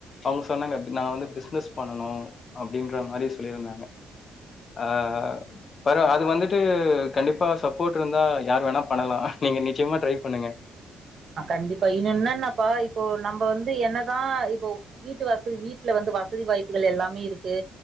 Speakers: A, on the left; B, on the right.
A: அவுங் சொன்னாங்கெ நா வந்து பிஸ்னஸ் பண்ணனூ அப்டீன்றமாரி சொல்லிருந்தாங்கெ ஆஹ் பரவ் அது வந்துட்டூ கண்டிப்பா சப் போட்டுருந்தா யாரு வேணா பண்ணலா நீங்கெ நிச்சிமா ட்ரைப் பண்ணுங்கெ
B: ஹ் கண்டிப்பா இனுன்னன்னாப்பா இபோ நம்ப வந்து என்னதா இபோ வீட்டு வசதி வீட்லெ வந்து வசதி வாய்ப்புகள் எல்லாமேருக்கு